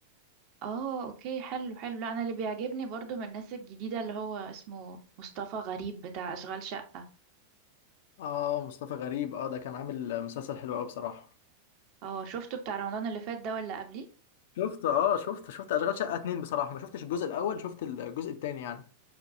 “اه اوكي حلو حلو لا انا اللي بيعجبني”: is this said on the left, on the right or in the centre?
Right